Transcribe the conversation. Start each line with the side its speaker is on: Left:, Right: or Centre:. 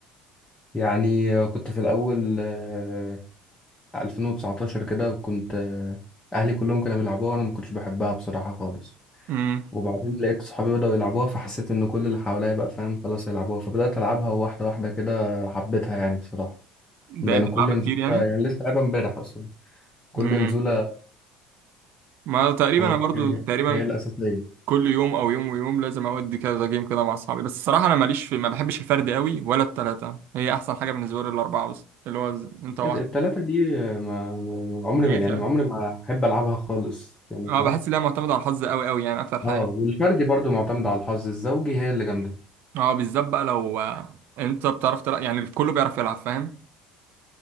Left: يعني كنت في الأول آه، 2019 كده كنت آه، اهلي كلهم كانوا بيلعبوها وانا ما كنتش بحبها بصراحة خالص
Right: امم
Left: وبعدين لقيت صحابي بدأوا يلعبوها فحسيت ان كل اللي حواليا بقى فاهم خلاص يلعبوها فبدأت العبها واحدة واحدة كده حبيتها يعني بصراحة يعني
Right: ده بيلعبها
Left: كل نزولة
Right: كتير يعني
Left: يعني لسه لعبها امبارح اصلا كل
Right: امم
Left: نزولة
Right: ما تقريبا
Left: خلاص
Right: انا برضو
Left: هي
Right: تقريبا
Left: هي الأساسية
Right: كل يوم او يوم ويوم لازم اودي كذا جيم كده مع اصحابي بس الصراحه انا ماليش في ما بحبش الفرد قوي ولا التلاته هي احسن حاجه بالنسبه لي الاربعه بس اللي هو ز- انت واحد
Left: التلاتة دي آه، ما ما- عمري
Right: بقيت
Left: ما يعني
Right: يعني.
Left: عمري ما أحب ألعبها خالص يعني
Right: اه
Left: فاهم
Right: بحس ان هي معتمده على الحظ قوي قوي يعني اكتر حاجه
Left: اه والفردي برضو معتمد على الحظ الزوجي هي اللي جامدة
Right: اه بالذات بقى لو آه، انت بتعرف تلعب يعني الكل بيعرف يلعب فاهم